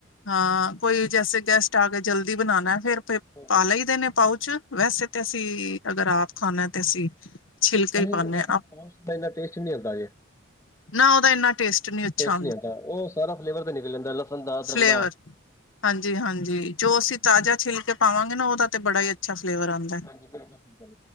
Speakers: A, on the left; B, on the left.
A: ਹਾਂ ਕੋਈ ਜੈਸੇ ਗੈਸਟ ਆ ਗੇ ਜਲਦੀ ਬਣਾਣਾ, ਫੇਰ ਪੇ
B: ਹਾਂਜੀ
A: ਪਾ ਲਈ ਦੇ ਨੇ ਪਾਊਚ। ਵੈਸੇ ਤੇ ਅਸੀਂ, ਅਗਰ ਆਪ ਖਾਣਾ ਤੇ ਅਸੀਂ ਛਿਲਕੇ
B: ਦਹੀਂ-
A: ਹੀ ਪਾਨੇ ਆ
B: ਦਹੀਂ ਟੇਸਟ ਨੀ ਆਂਦਾ ਜੇ।
A: ਨਾ ਉਹਦਾ ਇੰਨਾ ਟੇਸਟ ਅੱਛਾ
B: ਟੇਸਟ ਨੀ ਆਂਦਾ, ਉਹ ਸਾਰਾ ਫਲੇਵਰ ਤੇ ਨਿਕਲ ਜਾਂਦਾ ਲਸਣ ਦਾ, ਅਦਰਕ
A: ਫਲੇਵਰ
B: ਦਾ।
A: ਹਾਂਜੀ-ਹਾਂਜੀ, ਜੋ ਅਸੀਂ ਤਾਜ਼ਾ ਛਿੱਲਕੇ ਪਾਵਾਂਗੇ ਨਾ, ਉਹਦਾ ਤੇ ਬੜਾ ਈ ਅੱਛਾ ਫਲੇਵਰ ਆਂਦ
B: ਹਾਂਜੀ, ਫੇਰ ਨਹੀਂ ਬਣੀ।